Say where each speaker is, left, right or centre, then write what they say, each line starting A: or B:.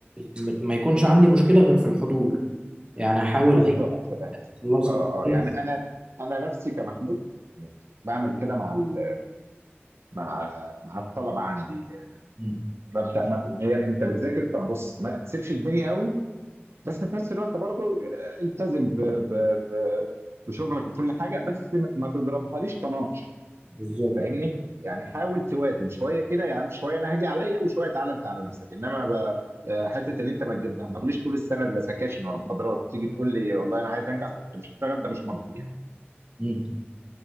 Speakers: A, on the right; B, on the right.
A: م- ما يكونش عندي مشكله غير في الحضور يعني احاول
B: بالظبط
A: اي
B: اه
A: خلاصه
B: اه
A: كويس
B: يعني انا انا نفسي كمحمود بعمل كده مع ال مع مع الطلبه عندي آه،
A: مم،
B: ببدا مثلا إيه يا ابني انت بتذاكر طب بص ما تسيبش الدنيا قوي بس في نفس الوقت برضو آه، التزم ب ب ب بشغلك وكل حاجه بس ما ما تضربهاليش طناش
A: بالظبط
B: فاهمني؟ يعني حاول توازن شويه كده يعني شويه انا هاجي عليا وشويه تعالى انت على نفسك انما ب- آه، حته ان انت ما تج- ما تحضرليش طول السنه لا سكاشن ولا محاضرات وتيجي تقول لي والله انا عايز انجح كنت بشتغل ده مش منطقي يعني.
A: مم.